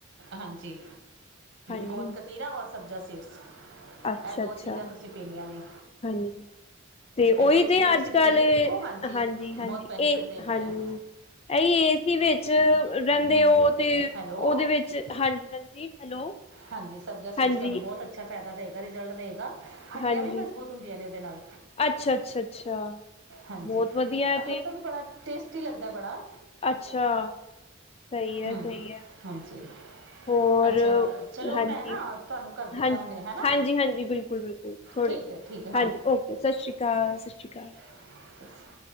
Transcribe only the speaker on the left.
ਹਾਂਜੀ
ਅੱਛਾ
ਅੱਛਾ,
ਹਾਂਜੀ ਤੇ
ਉਹੀ
ਤੇ
ਅੱਜ
ਕੱਲ।
ਹਾਂਜੀ ਹਾਂਜੀ,
ਇਹ
ਹਾਂਜੀ। ਐਈ ਏਸੀ ਵਿਚ ਰਹਿੰਦੇ ਓ ਤੇ
ਓਦੇ ਵਿੱਚ ਹਾਂਜੀ ਹਾਂਜੀ ਹੈਲੋ।
ਹਾਂਜੀ
ਹਾਂਜੀ
ਅੱਛਾ, ਅੱਛਾ ਅੱਛਾ।
ਬਹੁਤ ਵਧੀਆ
ਤੇ
ਅੱਛਾ ਸਹੀ ਹੈ,
ਸਹੀ ਹੈ।
ਹੋਰ
ਹਾਂਜੀ
ਹਾਂਜੀ,
ਹਾਂਜੀ ਹਾਂਜੀ, ਬਿਲਕੁਲ ਬਿਲਕੁਲ ਥੋੜੇ।
ਹਾਂਜੀ ਓਕੇ ਸਤਿ ਸ਼੍ਰੀ ਅਕਾਲ ਸਤਿ ਸ਼੍ਰੀ ਅਕਾਲ।